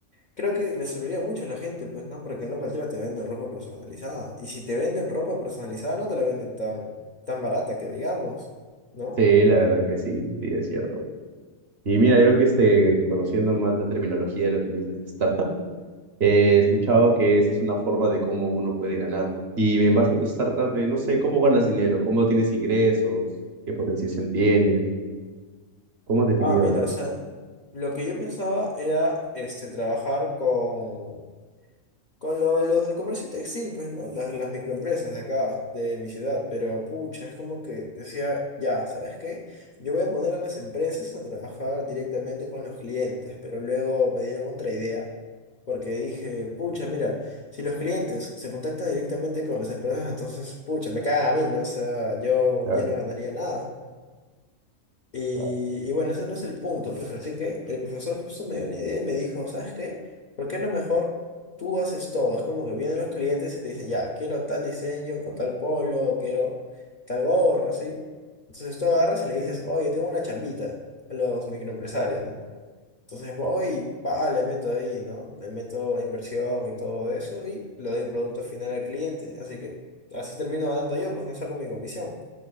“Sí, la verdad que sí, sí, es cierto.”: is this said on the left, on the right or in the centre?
Right